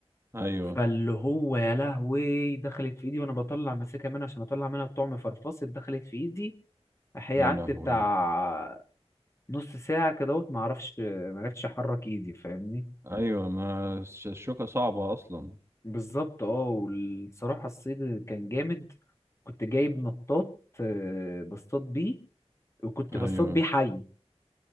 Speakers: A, on the right; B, on the left.
A: ايوه
B: فاللي هو يا لهوي دخلت في ايدي وانا بطلع ماسكها منها عشان اطلع منها الطعم فرفصت دخلت في ايدي هي
A: يا
B: قعدت
A: لهوي
B: بتاع نص ساعة كدهوت معرفش معرفتش أحرك إيدي فاهمني
A: ايوه ما الش- الشوكه صعبه اصلا
B: بالظبط اه والصراحة الصيد كان جامد كنت جايب نطاط آه، بصطاد بيه وكنت
A: ايوه
B: بصطاد بيه حي